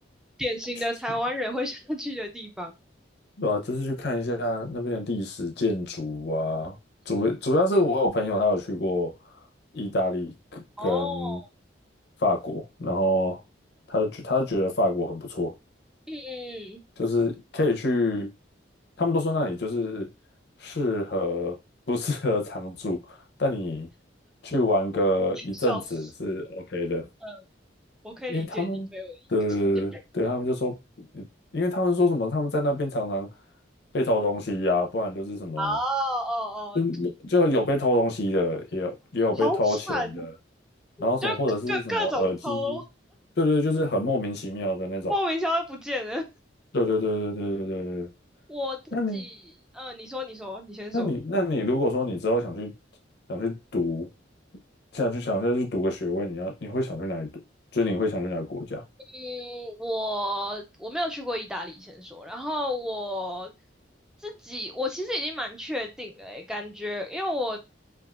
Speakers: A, in the centre; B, on the left.
A: 典型的台湾人会想要去的地方。
B: 去对吧？就是去看一下那边的历史建筑啊，主主要是我有朋友他有去过
A: 嗯，
B: 意大利跟跟
A: 哦，
B: 法国，然后他就他就觉得法国很不错，
A: 嗯嗯，嗯
B: 就是可以去，他们都说那里就是适合不适合常住，但你去玩个一阵子是
A: 笑死，
B: OK 的。
A: 嗯，我可以理解你朋友的意思。
B: 因为他们的对他们就说，
A: <laughs>
B: 嗯因为他们说什么，他们在那边常常被偷东西呀、不然就是什么，
A: 哦哦哦，
B: 就就有被偷东西的，也有也有被偷钱的，
A: 好惨，
B: 然后什么或者是什么耳机，
A: 就各各种偷，
B: 对对，就是很莫名其妙的那种，
A: 莫名其妙就不见了。
B: 对对对对对对对对。
A: 我自己，
B: 那你
A: 嗯，你说，你说，你先说。
B: 那你那你如果说你之后想去想去读，想去想再去读个学位，你要你会想去哪里读？就是你会想去哪个国家？
A: 嗯，我我没有去过意大利，先说。然后我自己，我其实已经蛮确定了诶，感觉因为我